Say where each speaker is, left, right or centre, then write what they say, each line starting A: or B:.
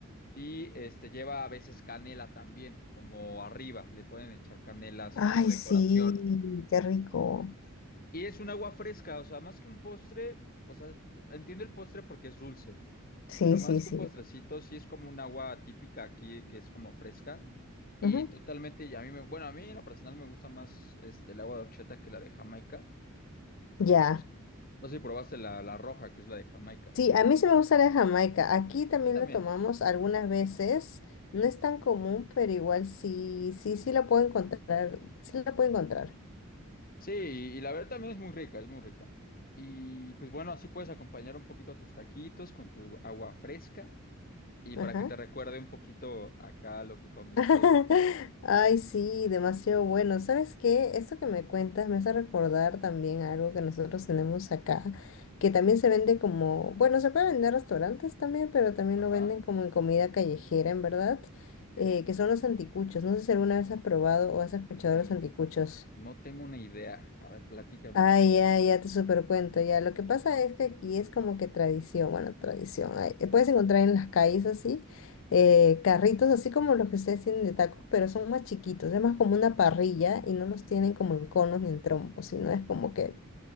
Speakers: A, on the left; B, on the left.
A: Y este lleva a veces canela también, como arriba, le pueden echar canela así
B: Ay,
A: como decoración.
B: sí, qué rico.
A: Y es un agua fresca, o sea, más que un postre, o sea, entiendo el postre porque es dulce,
B: Sí,
A: pero más
B: sí,
A: que
B: sí.
A: un postrecito, sí es como un agua típica aquí que es como fresca y
B: ujú,
A: totalmente, y a mí me, bueno, a mí en lo personal me gusta más este, el agua de horchata que la de Jamaica.
B: Ya.
A: No sé, no sé si probaste la, la roja, que es la de Jamaica.
B: Sí, a mí sí me gusta la de Jamaica. Aquí también
A: A mí también.
B: la tomamos algunas veces.
A: Ah.
B: No es tan común, pero igual sí, sí, sí la puedo encontrar. Sí la puedo encontrar.
A: Sí, y la verdad también es muy rica, es muy rica. Y pues bueno, así puedes acompañar un poquito a tus taquitos con tu agua fresca. Y
B: Ajá.
A: para que te recuerde un poquito acá lo que comiste.
B: <laughs> Ay, sí, demasiado bueno. ¿Sabes qué? Esto que me cuentas me hace recordar también algo que nosotros tenemos acá, que también se vende como, bueno, se puede vender en restaurantes también, pero también lo
A: Ajá,
B: venden como en comida callejera, en verdad,
A: ok.
B: eh, que son los anticuchos. No sé si alguna vez has probado o has escuchado
A: Ni,
B: de los anticuchos.
A: no tengo una idea. A ver, platícame.
B: Ah, ya, ya te supercuento, ya. Lo que pasa es que aquí es como que tradición, bueno, tradición. ay, eh, puedes encontrar en las calles así, eh, carritos así como los que ustedes tienen de tacos, pero son más chiquitos, es más como una parrilla y no los tienen como en conos ni en trompos, sino es como que